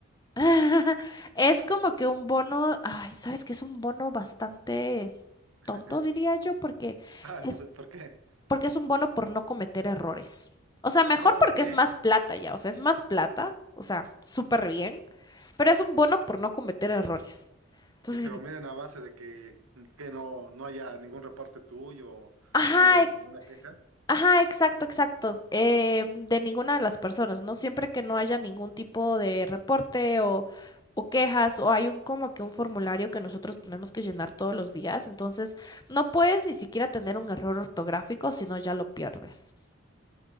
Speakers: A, on the left (about 20°); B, on the right (about 90°).
A: <laughs> Es como que un bono, ay, sabes que es un bono bastante
B: <laughs>
A: tonto, diría yo, porque
B: Ah,
A: es,
B: güey, ¿por qué?
A: porque es un bono por no cometer errores. O sea, mejor
B: Oh,
A: porque
B: ok.
A: es más plata ya, o sea, es más plata, o sea, súper bien, pero es un bono por no cometer errores. Entonces,
B: Y te lo miden a base de que, que no, no haya ningún reporte tuyo,
A: ajá,
B: no haya ninguna queja.
A: Ajá, exacto, exacto. Eh, de ninguna de las personas, ¿no? Siempre que no haya ningún tipo de reporte o, o quejas o hay un como que un formulario que nosotros tenemos que llenar todos los días, entonces no puedes ni siquiera tener un error ortográfico, sino ya lo pierdes.